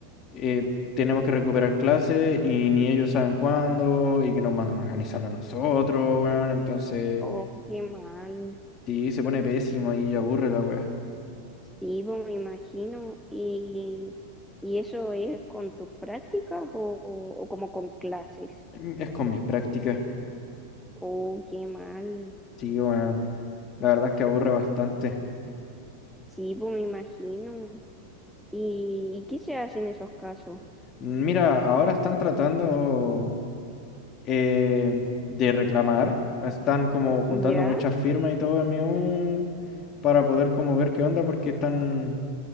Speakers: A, on the left (about 35°); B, in the centre.
A: eh, tenemos que recuperar clases y ni ellos saben cuándo y que nos mandan a organizarlo nosotros, weón. Entonces,
B: Oh, qué mal.
A: sí, se pone pésimo y aburre la weá.
B: Sí, pues, me imagino. ¿Y, y eso es con tus prácticas o, o como con clases?
A: Mm, Es con mis prácticas,
B: Oh, qué mal.
A: sí, weón. La verdad es que aburre bastante.
B: Sí, pues me imagino. ¿Y qué se hace en esos casos?
A: Mira, ahora están tratando... eh, de reclamar. Están como juntando
B: Ya,
A: muchas firmas y todo MU para poder como ver qué onda porque están